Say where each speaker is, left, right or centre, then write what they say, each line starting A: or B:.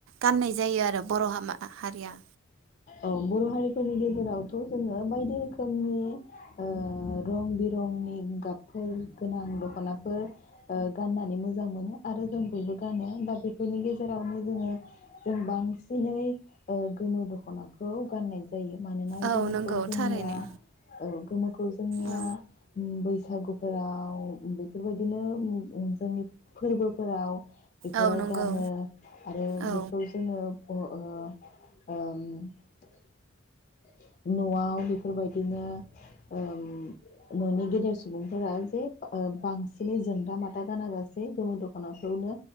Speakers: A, on the right; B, on the left.
A: गाननाय जायो आरो बर' हा हारिया
B: औ बर' हारिफोरनि गेजेरावथ' जोङो बायदि रोखोमनि ओ रं बिरंनि गाबफोर गोनां दख'नाफोर ओ गाननानै मोजां मोनो आरो जों बयबो गानो दा बेफोरनि गेजेरावनो जोङो जों बांसिनै गोमो दख दखनाखौ गाननाय जायो मानोना
A: औ
B: गोमोखौ
A: नंगौ
B: जोंनिया
A: थारैनो
B: ओ गोमोखौ जोंनिया
A: औ
B: बैसा बैसागुफोराव बेफोरबायदिनो जोंनि फोरबोफोराव बेफोराव
A: औ नंगौ
B: गानो आरो
A: औ
B: बेखौ जोङो अह‌ ओ ओ न'वाव बेफोरबायदिनो ओ न'नि गेदेर सुबुंफोरा जे बांसिनै जोंदा माथा गाना गासे गोमो दख'नाखौनो